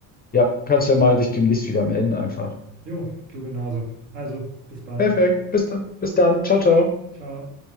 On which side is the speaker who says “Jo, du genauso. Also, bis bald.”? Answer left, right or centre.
Right